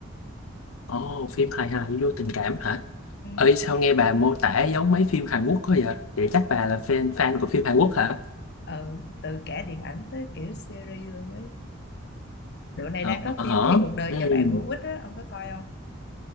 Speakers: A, on the left (about 80°); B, on the left (about 55°).
A: Ồ, phim hài hài vô tình cảm hả?
B: Ừ,
A: Ơi, sao nghe bà mô tả giống mấy phim Hàn Quốc quá vậy? Vậy chắc bà là fan fan của phim Hàn Quốc hả?
B: ừ từ cả điện ảnh tới kiểu series luôn ấy Dạo này
A: Ờ,
B: đang có
A: hả?
B: phim Khi cuộc đời
A: Ừ.
B: cho bạn của Quýt á, ông có coi không?